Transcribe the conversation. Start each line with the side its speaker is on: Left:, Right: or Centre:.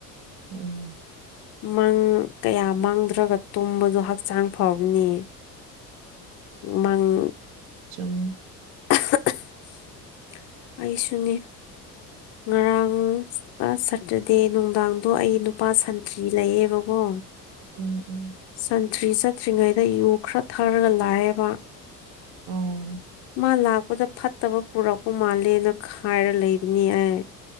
Right: ꯎꯝ
Left: ꯃꯪ ꯀꯌꯥ ꯃꯪꯗ꯭ꯔꯒꯥ ꯇꯨꯝꯕꯗꯣ ꯍꯛꯆꯥꯡ ꯐꯕꯅ‌ꯦ ꯃꯪ
Right: ꯆꯨꯨꯝꯃꯤ
Left: <unintelligible> ꯑꯩꯁꯨꯅ‌ꯦ ꯉꯔꯥꯡ ꯑꯥ ꯁꯇꯔꯗꯦ ꯅꯨꯡꯗꯥꯡꯗꯣ ꯑꯩ ꯅꯨꯄꯥ ꯁꯟꯇ꯭ꯔꯤ ꯂꯩꯌꯦꯕꯀꯣ
Right: ꯎꯝ ꯎꯝ
Left: ꯁꯟꯇ꯭ꯔꯤ ꯆꯠꯇ꯭ꯔꯤꯉꯩꯗ ꯌꯨ ꯈꯔ ꯊꯥꯔꯒ ꯂꯥꯛꯑꯦꯕ
Right: ꯑꯣ
Left: ꯃꯥ ꯂꯥꯛꯄꯗ ꯐꯠꯇꯕ ꯄꯨꯔꯛꯄ ꯃꯥꯜꯂꯦꯅ ꯈꯥꯏꯔ ꯂꯩꯕꯅꯤ ꯑꯩ